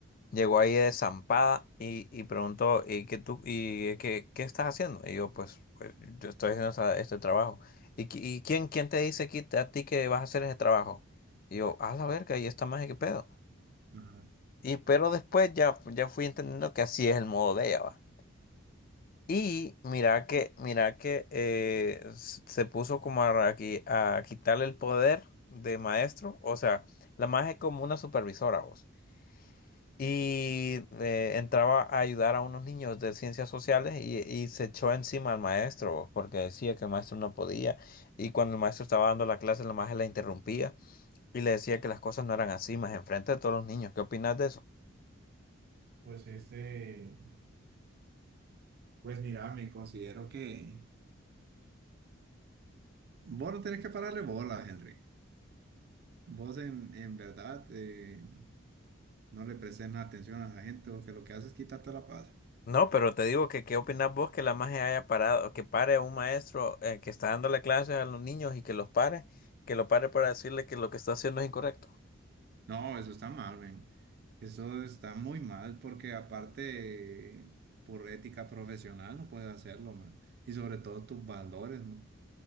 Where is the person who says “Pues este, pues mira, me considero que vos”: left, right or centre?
Right